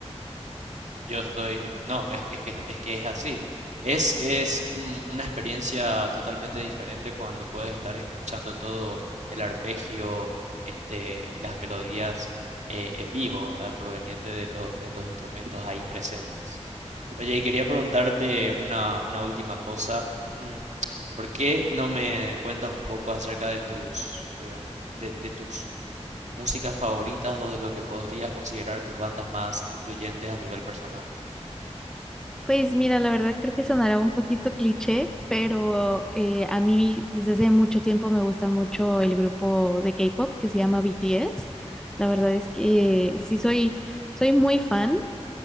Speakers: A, on the right; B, in the centre.
A: Yo estoy, no, es que es que es que es así. Es es un- una experiencia totalmente diferente cuando puedes estar escuchando todo el arpegio, este y las melodías eh, en vivo, ¿verdad? Proveniente de los de los instrumentos ahí presentes. Oye, y quería preguntarte una una última cosa. <clears throat> ¿Por qué no me cuentas un poco acerca de tus eh, de, de tus músicas favoritas o de lo que podrías considerar tus bandas más influyentes a nivel personal?
B: Pues mira, la verdad creo que sonará un poquito cliché, pero eh, a mí desde hace mucho tiempo me gusta mucho el grupo de K-pop que se llama BTS. La verdad es que sí soy, soy muy fan